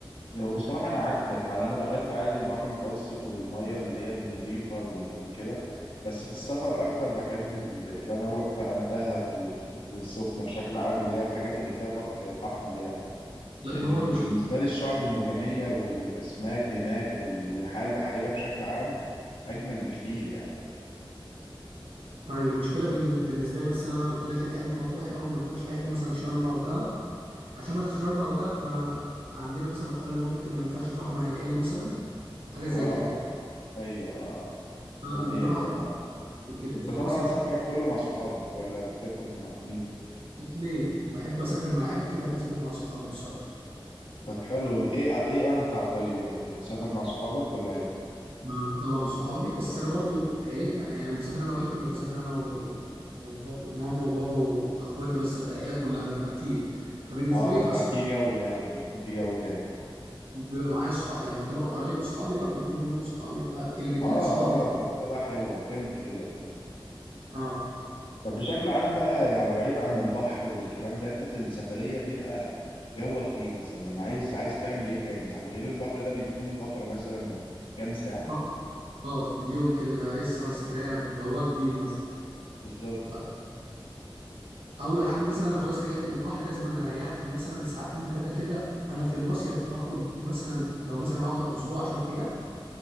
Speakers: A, on the left; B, on the right.
A: هو بصراحة أنا عكسك يعني أنا بحب عادي البحر المتوسط والمية اللي هي النضيفة وال- وكده بس في السفر أكتر بحب ال- اللي أنا أروح بقى الدهب وال- والسخنة بشكل عام اللي هي الحاجات اللي فيها بحر أحمر يعني
B: لا
A: ال-
B: ما هو المشكله
A: بالنسبة لي الشعب المرجانية والأسماك هناك وال- والحياة البحرية بشكل عام أجمل بكتير يعني
B: ايوه المشكله بن... بالنسبه لي مثلا انا قلت لك ليه بحب مطروح الاول ما قلتلكش بحب مثلا شرم او دهب عشان مثلا شرم او دهب آه، عندنا مثلا حوار اللي هو ممكن ما ينفعش تروحها مع العيله مثلا حاجه زي
A: اه
B: كده
A: أيوه اه
B: آه،
A: دي حقيقة
B: لما بروح أبقى
A: طبعا
B: كده
A: أنت طبعا
B: فمرسى مطروح
A: سفرك كله مع صحابك ولا بتسافر مع مين؟
B: الاثنين بحب اسافر مع عيلتي وبحب اسافر مع صحابي بصراحه
A: طب حلو إيه إيه أمتع طيب يعني بتسافر مع صحابك ولا عيلة؟
B: مع طبعا صحابي بس انا برضو عيلتنا يعني لما بسافر انا وعيلتي مش بسافر انا و... وباب... وماما وبابا واخواتي بس لا ده العيله كلها بنبقى كتير فبالنسبه
A: اه
B: لي
A: ففي
B: كصحاب
A: جو يعني بيكون في جو جامد
B: بيبقى معايا صحاب يعني يعتبر قرايبي صحابي برضو في منهم صحابي فالاتنين
A: اه
B: صحابي
A: اه فبتبقى حلوة فهمت كده فهمت
B: اه
A: طب بشكل عام بقى يعني بعيد عن البحر والكلام ده انت في السفرية بيبقى جوك ايه مثلا يعني عايز عايز تعمل ايه تاني يعني غير البحر ده بيكون فقرة مثلا كام ساعة
B: ف... اه في اليوم كده ده لسه بقى سفريه جواها كبير مثلا
A: بالظبط
B: آه، اول حاجه مثلا انا خلاص رجعت من البحر لازم انا اريح لي مثلا ساعتين ثلاثه كده انا في المصيف باخد مثلا لو مثلا اقعد اسبوع 10 ايام